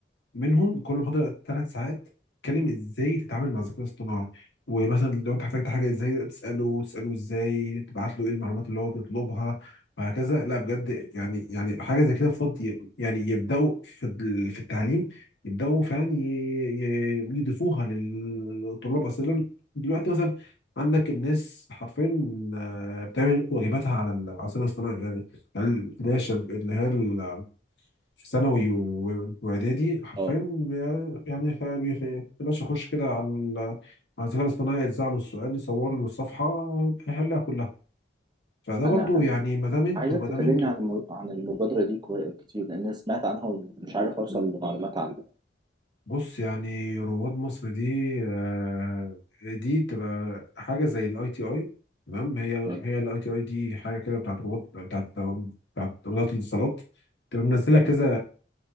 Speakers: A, on the left; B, on the right.
A: منهم كل محاضرة ثلاث ساعات تتكلم ازاي تتعامل مع الذكاء الاصطناعي ومثلا لو انت احتجت حاجة ازاي تسأله تسأله ازاي تبعت له ايه المعلومات اللي هو بيطلبها وهكذا لا بجد يعني يعني حاجة زي كده فاضي يعني يبدأوا في ال- في التعليم يبدأوا فعلا ي- ي- يضيفوها للطلاب أصلا دلوقتي مثلا عندك الناس حرفيا آه، بتعمل واجباتها على ال- على الذكاء الاصطناعي يعني يعني اللي هي الشب- اللي هي في ثانوي و- واعدادي حرفيا
B: اه
A: بي- يعني ف- بي- في- يا باشا اخش كده على ال- على الذكاء الاصطناعي يجزع له السؤال يصور له الصفحه يحلها كلها فده برضو
B: انا
A: يعني ما دام انتوا
B: عايزك
A: ما
B: تكلمني
A: دام انتوا
B: عن الم... عن المبادرة دي كوي- كتير لان أنا سمعت عنها ومش عارف اوصل لمعلومات عنها
A: بص يعني رواد مصر دي آه، دي تبقى حاجه زي الاي تي اي تمام هي
B: تمام
A: هي الاي تي اي دي حاجه كده بتاعت رواد بتاعت بتاعت وزاره الاتصالات تبقى منزله
B: تمام
A: كذا